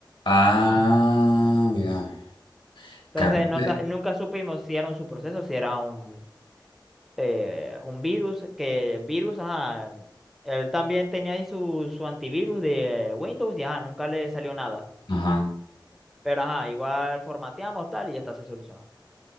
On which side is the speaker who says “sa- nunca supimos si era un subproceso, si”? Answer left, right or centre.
Centre